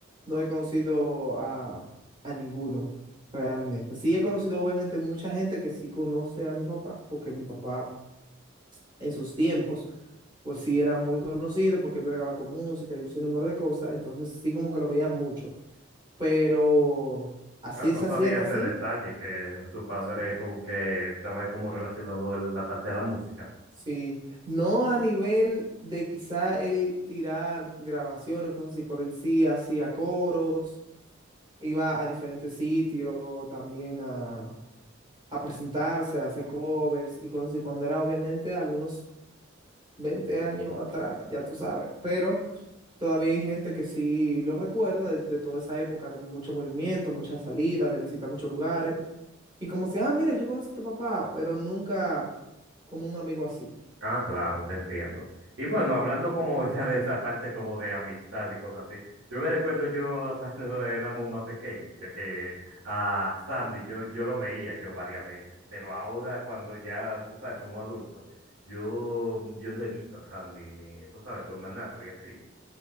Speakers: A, on the right; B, on the right.
A: no he conocido a, a ninguno realmente. Sí he conocido obviamente mucha gente que sí conoce a mi papá, porque mi papá en sus tiempos pues sí era muy conocido porque él bregaba con música y un sinnúmero de cosas, entonces sí como que lo veía mucho. pero a ciencia
B: Ah, no sabía
A: cierta,
B: ese
A: así
B: detalle que tu padre
A: sí.
B: como que estaba como relacionado en la parte de la música.
A: Sí. No a nivel de quizá él tirar grabaciones, cosas así, pero él sí hacía coros, iba a diferentes sitios también a, a presentarse, a hacer covers y cosas así, cuando era obviamente algunos 20 años atrás, ya tú sabes, pero todavía hay gente que sí lo recuerda de, de toda esa época de mucho movimiento, muchas salidas, de visitar muchos lugares. Y como si, ah, mira, yo conozco a tu papá, pero nunca como un amigo así.
B: Ah, claro, te entiendo. Y bueno, hablando como ya de esa parte como de amistad y cosas así, yo me recuerdo yo cuando <laughs> éramos más pequeños, ya que a Sandy yo, yo lo veía yo varias veces, pero ahora cuando ya, tú sabes, somos adultos, yo, yo no evito a Sandy ni, tú sabes, tu hermanastro y así.